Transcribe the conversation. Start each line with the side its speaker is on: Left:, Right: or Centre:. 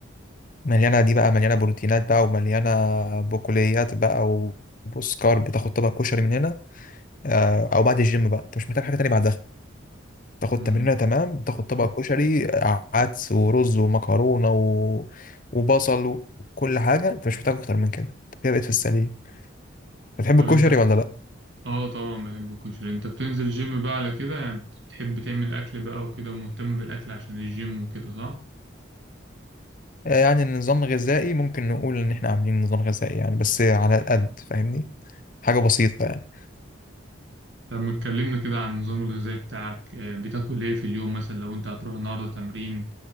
Left: مليانة دي بقى مليانة بروتينات بقى ومليانة بقوليات بقى وبص كارب بتاخد طبق كشري من هنا آه، أو بعد الجيم بقى أنت مش محتاج حاجة تانية بعدها تاخد
Right: مم.
Left: تمرينة تمام وتاخد طبق كشري آه، عدس ورز ومكرونة و... وبصل وكل حاجة أنت مش محتاج أكتر من كده أنت كده بقيت في السليم بتحب
Right: طب
Left: الكشري
Right: انت
Left: ولا لأ؟
Right: اه طبعا بحب الكشري انت بتنزل جيم بقى على كده يعني بتحب تعمل اكل بقى وكده ومهتم بالاكل عشان الجيم وكده صح
Left: آه، يعني النظام الغذائي ممكن نقول إن إحنا عاملين نظام غذائي يعني بس على القد فاهمني؟ حاجة بسيطة يعني
Right: طب ما اتكلمنا كده عن النظام الغذائي بتاعك آه، بتاكل ايه في اليوم مثلا لو انت هتروح النهارده تمرين